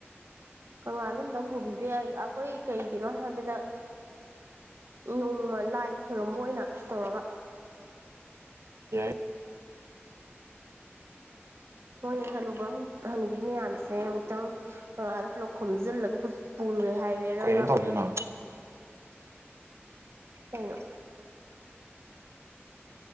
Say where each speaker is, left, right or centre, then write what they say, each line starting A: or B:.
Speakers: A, on the right; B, on the right.
A: ꯀꯪꯂꯥꯗ ꯑꯝꯇꯪ ꯄꯨꯕꯤꯕ ꯌꯥꯏ ꯑꯩꯈꯣꯏ ꯀꯩꯒꯤꯅꯣ ꯍꯥꯏꯕꯗ ꯅꯣꯡꯃ ꯂꯥꯏ ꯈꯨꯔꯨꯝꯝꯕ ꯑꯣꯏꯅ ꯇꯧꯔꯒ
B: ꯌꯥꯏ
A: ꯍꯣꯏꯨ ꯍꯅꯨꯕꯤ ꯃꯌꯥꯝꯁꯦ ꯑꯃꯨꯛꯇꯪ ꯀꯪꯂꯥꯗ ꯄꯨꯂꯞ ꯈꯣꯝꯖꯤꯜꯂꯒ ꯄꯨꯔꯦ ꯍꯥꯏꯔꯦꯔꯒ
B: ꯀꯩꯅꯣ ꯇꯧꯔꯤꯁꯤꯅ
A: ꯎ